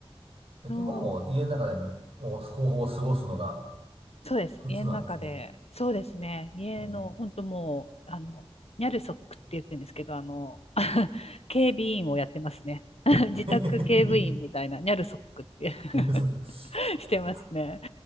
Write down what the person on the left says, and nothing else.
そう、そうです。
家の中で、そうですね。家の、
本当もう、あの、ニャルソックって言ってるんですけど、あの、
<laughs> 警備員をやってますね。<laughs>
自宅警備員みたいな、ニャルソックって
<laughs>
してますね。